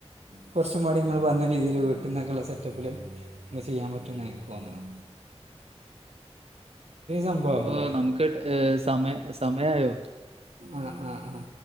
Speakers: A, on the right (about 80°); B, on the right (about 65°).
A: കോറച്ചു മടിങ്ങള് പറഞ്ഞ രീതിയില് വീട്ടുന്നൊക്കെള്ള സെറ്റപ്പില് ഇ ചെയ്യാൻ പറ്റും ന്ന ഇൻനക്കോന്ന്ണേ സംഭവമല്ലേ
B: ഓ നമുക്ക് ട ഏ സമയ സമയായോ
A: ആഹ് ആഹ് ആ